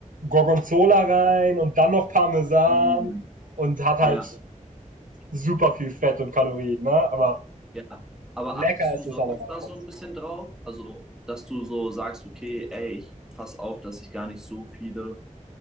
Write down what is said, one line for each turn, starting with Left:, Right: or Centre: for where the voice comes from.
Right: Gorgonzola rein und dann noch Parmesan
Centre: Mm,
Right: und hat halt
Centre: ja.
Right: super viel Fett und Kalorien, ne? Aber
Centre: Ja, aber
Right: lecker
Centre: achtest
Right: ist
Centre: du sonst
Right: es allemal
Centre: da
Right: trotzdem.
Centre: so ein bisschen drauf? Also, dass du so sagst, okay, ey, ich pass auf, dass ich gar nicht so viele